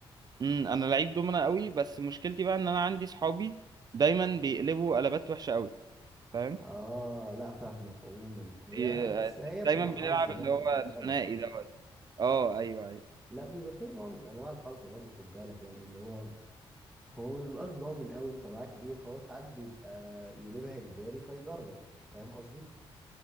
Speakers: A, on the right; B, in the centre.
A: امم انا لعيب دومنة قوي بس مشكلتي بقى ان انا عندي صحابي دايما بيقلبوا قلبات وحشة قوي فاهم
B: اه لا فاهمك عموما هي
A: بي-
B: بس هي بتبقى
A: دايما بنلعب
B: حظ برضه
A: اللي هو
B: خد بالك
A: الثنائي دوت اه ايوه ايوه
B: لا بيبقى فيها نوع من انواع الحظ برضه خد بالك يعني اللي هو هو ما بيبقاش ضامن قوي انت معاك ايه فهو ساعات بيبقى يقلبها اجباري فيجرب فاهم قصدي